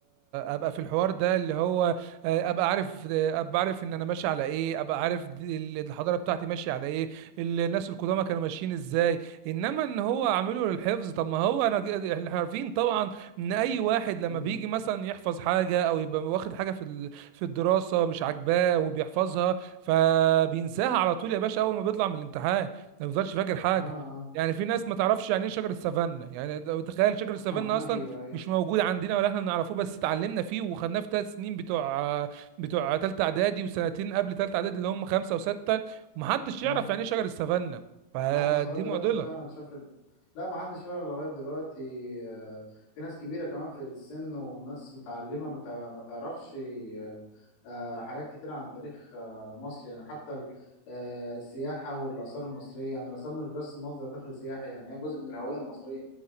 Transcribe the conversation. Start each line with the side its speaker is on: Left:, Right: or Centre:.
Right: ابقى في الحوار ده اللي هو آه، ابقى عارف آه، ابقى عارف ان انا ماشي على ايه ابقى عارف دي- ال- الحضارة بتاعتي ماشية على ايه الناس القدامى كانوا ماشيين ازاي انما ان هو عامله للحفظ طب ما هو انا ج- احنا عارفين طبعا ان اي واحد لما
Left: امم
Right: بيجي مثلا يحفظ حاجة او يبقى واخد حاجة في ال- في الدراسة مش عاجباه وبيحفظها فبينساها على طول يا باشا اول ما بيطلع من الامتحان ما بيفضلش فاكر حاجه
Left: اه اه
Right: يعني في ناس ما تعرفش يعني ايه شجر السافانا يعني ده- تخيل شجر
Left: <laughs>
Right: السافانا اصلا
Left: ايوه
Right: مش موجود عندنا ولا احنا نعرفه بس اتعلمنا فيه وخدناه في ثلاث سنين بتوع بتوع ثالثه اعدادي وسنتين قبل ثالثه اعدادي اللي هم خمسه وسته ومحدش
Left: ايوه
Right: يعرف يعني ايه شجر السافانا فدي
Left: محدش لغاية دلوقتي
Right: معضله
Left: فعلا شاف ال... لا محدش فعلا لغاية دلوقتي آه، في ناس كبيرة كمان في السن وناس متعلمة ما تع- ما تعرفش آه، آه، حاجات كتير عن تاريخ آه، مصر يعني حتى ال- آه، السياحة والآثار المصرية يعني الآثار مش بس مصدر دخل سياحي يعني هي جزء من الهوية المصرية